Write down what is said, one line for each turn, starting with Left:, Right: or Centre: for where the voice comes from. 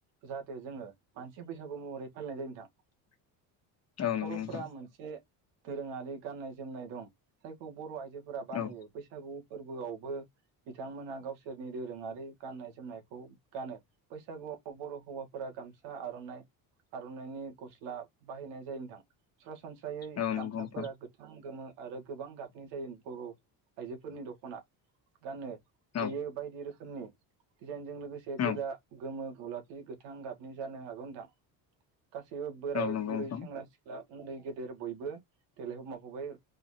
Right: जाहाथे जोङो मानसि बैसागु महरै फालिनाय जायो नोंथां
Left: <inaudible> नंगौ
Right: बर'फोरा
Left: नोंथां
Right: मोनसे दोरोङारि गाननाय जोमनाय दं जायखौ बर' आइजो फोरा बानायो
Left: औ
Right: बैसागु फोरबोआवबो बिथांमोनहा गावसोरनि दोरोंङारि गाननाय जोमनायखौ गानो बैसागुआव बर' हौवाफोरा गामसा आर'ना आर'नाइनि गस्ला बाहायनाय जायो नोंथां सरासनस्रा सासनस्रायै
Left: औ
Right: गामसाफोरा
Left: नंगौ नोंथां
Right: गोथां गोमो आरो गोबां गाबनि जायो बर' आइजो फोरनि दख'ना गानो
Left: औ
Right: बेयो बायदि रोखोमनि दिजाइनजों लोगोसे
Left: औ
Right: गोजा गोमो गलाफि गोथां गाबनि जानो हागौ नोंथां गासैबो बोराय
Left: औ नंगौ
Right: बुरै
Left: नोंथां
Right: सेंग्रा सिख्ला उन्दै गेदेर बयबो देलायगोमाखबायो